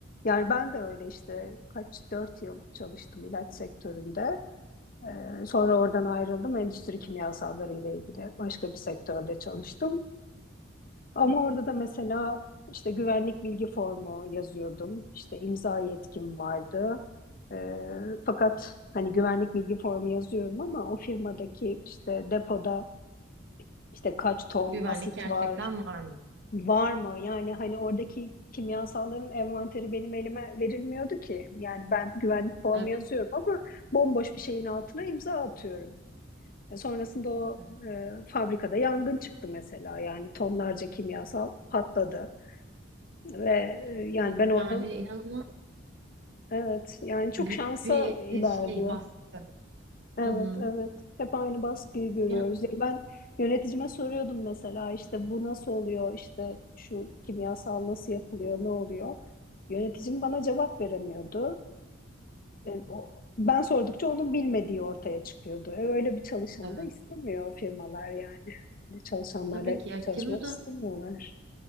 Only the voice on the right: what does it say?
güvenlik
gerçekten
var mı?
Evet,
evet.
Çok
çok
yani inanılmaz
büyük
bir
e, şey baskı.
Hı hı.
Ya,
evet.
Tabii ki ya
ki bu da